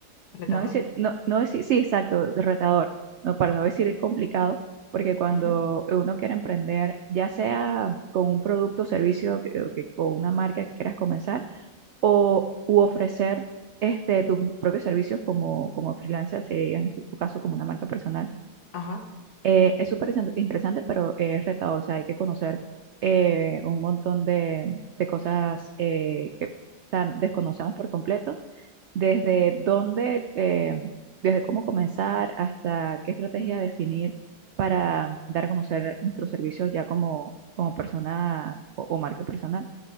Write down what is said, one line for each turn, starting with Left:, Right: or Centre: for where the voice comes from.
Left: Retador.
Right: no decir, no, no decir, sí, exacto, de retador, no, para no decir complicado, porque cuando
Left: Ujú,
Right: uno quiere emprender, ya sea con un producto o servicio que- o, que- o una marca que quieras comenzar, o u ofrecer este, tus propios servicios como, como freelancer, sería en tu caso como una marca personal,
Left: Ajá.
Right: eh, es súper interesan- interesante, pero es retador, o sea, hay que conocer eh, un montón de, de cosas eh, que o sea, desconocemos por completo desde dónde, eh, desde cómo comenzar hasta qué estrategia definir para dar a conocer nuestros servicios ya como, como persona o, o marca personal.